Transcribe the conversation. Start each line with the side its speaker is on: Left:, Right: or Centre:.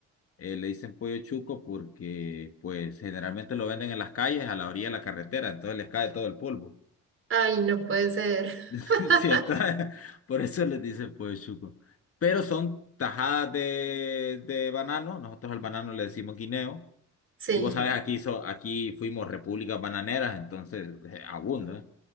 Left: eh, le dicen pollo chuco porque pues generalmente lo venden en las calles, a la orilla de la carretera, entonces les cae todo el polvo.
Right: Ay, no puede ser.
Left: <laughs>
Right: <laughs>
Left: Sí, está- por eso les dicen pues chuco. Pero son tajadas de, de banano. Nosotros al banano le decimos guineo.
Right: Sí.
Left: Y vos sabés, aquí, so- aquí fuimos repúblicas bananeras, entonces eh, abunda. ¿eh?